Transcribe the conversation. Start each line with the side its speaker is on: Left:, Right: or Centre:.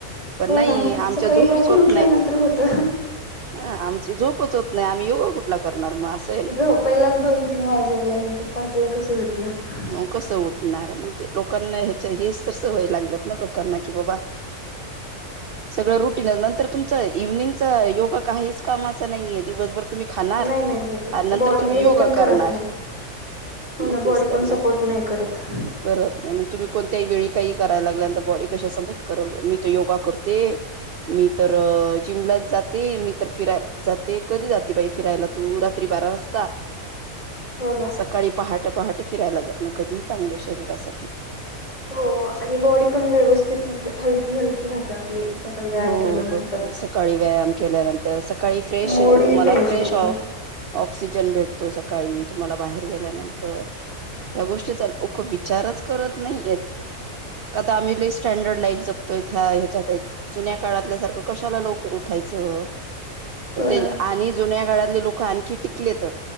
Right: पण
Left: हो
Right: नाही
Left: ना
Right: आमच्या
Left: सकाळी
Right: झोपीच
Left: लवकर
Right: होत
Left: उठल्यानंतर
Right: नाहीत.
Left: होत
Right: ह आमची झोपच होत नाही आम्ही योगा कुठला करणार मग अस.
Left: झोपायलाच दोन तीन वाजल्यानंतर पाचला कसे उठणार.
Right: मग कसं उठणार मग ते लोकांना ह्याच्या हेच तर सवय लागलत ना लोकांना कि बाबा सगळं रुटीन नंतर तुमच इव्हनिंगचा योगा काहीच कामाचा नाहीये दिवसभर तुम्ही खाणार
Left: नाही नाही नाही
Right: आणि नंतर
Left: बॉडी
Right: तुम्ही
Left: हे
Right: योगा
Left: पण करत
Right: करणार.
Left: नाही हो ना
Right: मग तेच
Left: बॉडी
Right: तर
Left: पण
Right: ना
Left: सपोर्ट नाही करत.
Right: करत नाही मग तुम्ही कोणत्याही वेळी काहीही कराय लागल्यानंतर बॉडी कशी सपोर्ट करींल मी योगा करते मी तर जिमलाच जाते मी तर फिराय जाते कधी जाते बाई फिरायला तू रात्री बारा वाजता.
Left: हो ना
Right: सकाळी पहाट पहाट फिरायला जाण कधीही चांगलं शरीरासाठी
Left: हो आणि बॉडी पण व्यवस्थित म्हणजे हलकी हलकी राहते आपली सकाळी व्यायाम
Right: हो हो
Left: केल्यानंतर
Right: ब सकाळी व्यायाम केल्यानंतर सकाळी फ्रेश
Left: मूड ही
Right: तुम्हाला फ्रेश
Left: राहतो
Right: आ ऑक्सिजन भेटतो सकाळी तुम्हाला बाहेर गेल्यानंतर या गोष्टीचा लोक विचारच करत नाही येत आता आम्ही लैय स्टँडर्ड लाईफ जगतोय्या ह्याच्यात जुन्या काळातल्या सारखं कशाला लवकर उठायचं पण
Left: हो
Right: ते
Left: ना
Right: आणि जुन्या काळातले लोक आणखी टिकलेत